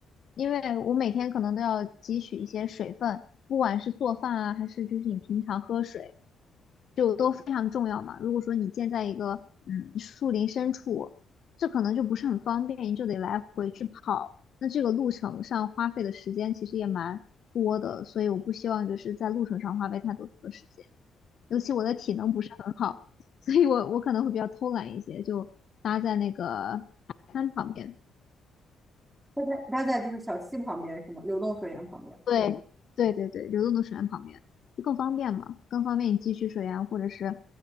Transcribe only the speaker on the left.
因为我每天可能都要汲取一些水分，不管是做饭啊，还是就是你平常喝水，就都非常重要嘛。如果说你建在一个嗯树林深处，这可能就不是很方便，你就得来回去跑，那这个路程上花费的时间其实也蛮多的，所以我不希望就是在路程上花费太多的时间。尤其我的体能不是很好，<laughs> 所以我我可能会比较偷懒一些，就搭在那个海滩旁边。
对，对对对，流动的水源旁边就更方便嘛，更方便你汲取水源，或者是